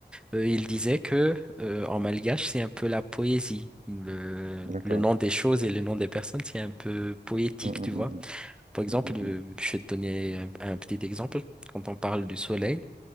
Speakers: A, in the centre; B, on the right (about 45°).
A: Euh, il disait que euh, en malgache, c'est un peu la poésie. Le,
B: D'accord.
A: le nom des choses et le nom des personnes, c'est un peu poétique,
B: Mhm,
A: tu
B: mhm,
A: vois. Par exemple, euh,
B: mhm,
A: je vais te donner un, un petit exemple. Quand on parle du soleil,